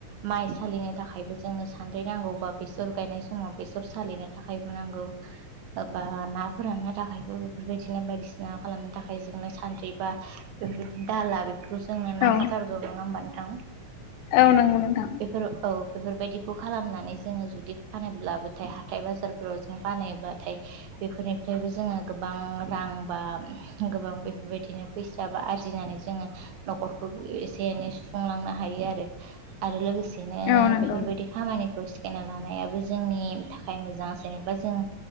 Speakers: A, on the right; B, on the left.
A: माइ सालिनो थाखायबो जोंनो सानद्रि नांगौबा बेसर गायनाय समाव बेसर सालिनो थाखायबो नांगौ ओ बा ना फोराननो थाखायबो बेफोरबायदि दिनो बायदिसिना खालामनो थाखाय जोंनो सानद्रि बा बेफोर दाला बे बेखौ जोंनो नांखाथारगौ
B: औ
A: नङा होमबा नोंथां?
B: औ नंगौ नोंथां।
A: बेफोर औ बेफोरबायदिखौ खालामनानै जोङो जुदि फानोब्लाबोथाय हाथाय बाजारफोराव जों फानैयोब्लाथाय बेफोरनिफ्रायबो जोङो गोबां <unintelligible> रां बा गोबां बेफोरबायदिनो फैसा बा आरजिनानै जोङो न'खरखौ एसे एनै सुफुंलांनो हायो आरो लोगोस सेनो
B: औ नंगौ
A: बेफोरबायदि खामानिखौ सिकायना लानायाबो जोंनि थाखाय मोजां जेनेबा जोङो